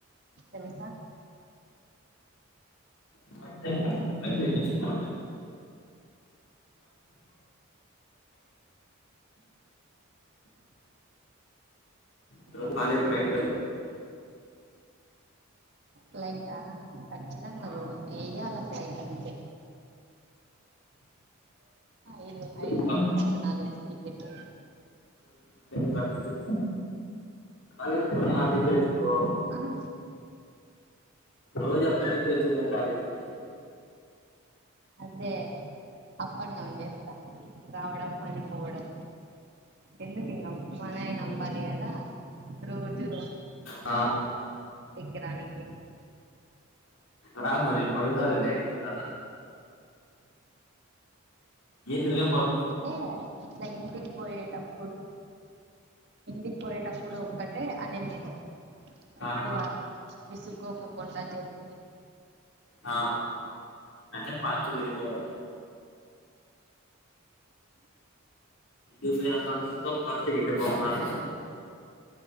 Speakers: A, on the right; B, on the left.
A: తెలుసా
B: అంతే అంతే డిస్కౌంటె ఈ రోజు కాలేజ బయట
A: ఫ్లైటా ఖచ్చితంగా
B: ఆ
A: చూడు ఏయ్యాల ఫ్లైట్ అంతే ఐదు
B: రోజు
A: ఐదు
B: కా-
A: వేలంటది నాకు తెలిసి టికెట్
B: పండిచే ఇవ్వు కాలేజీ కి రోజు ఆడ్నుంచి తెచ్చుకో
A: ఆ
B: రోజీక్కడ్నుంచి తెచ్చుకో కాలేజీ కి
A: అదే అప్ అండ్ డౌన్ చేస్తాను రావడం మళ్ళీపోవడం ఎందుకు ఇంగా మానయన అంబానీ కదా రోజు
B: ఆ
A: ఇకరానికి
B: రా మరి పడతాది లే చానా ఏంది లే
A: ఏ ఇట్ల ఇంటికి పోయేట ఇప్పుడు ఇంటికి పోయేటప్పుడు ఒక్కటే అనేది నేను ఎక్కువ
B: ఆహా
A: విసుక్కుపోకోకుండా జర్నీ
B: ఆ అంటే పాస్ట్ గెళ్ళిపోవాలి ఇంటికి పోయినక ఎమో పార్టీకి వెళ్ళిపోవాల అంటాం